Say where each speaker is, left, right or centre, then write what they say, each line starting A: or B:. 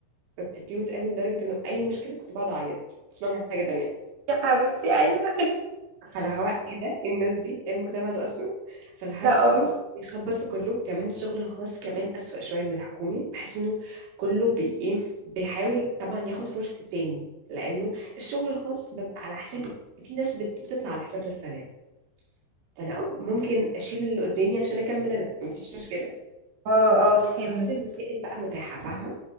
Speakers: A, on the right (about 80°); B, on the right (about 55°).
A: كنت كيوت قوي لدرجة إنه أي مشكلة كنت بقعد أعيط كنت بعمل حاجة تانية
B: يا حبيبتي ايوه <laughs>
A: فاللي هو ايه ده إيه الناس دي إيه المجتمع ده اصلا فاللي
B: ده
A: هو كله
B: اه
A: بيخبط في كله كمان الشغل الخاص كمان اسوأ شويه من الحكومي بحس انه كله بي ايه بيحاول طبعا ياخد فرصه التاني لانه الشغل الخاص بيبقى على حساب في ناس بت- بتطلع على حساب ناس تانية فانا اه ممكن اشيل اللي قدامي عشان اكمل انا مفيش مشكله
B: اه اه فهمت
A: كل الوسائل بقى متاحه فاهمه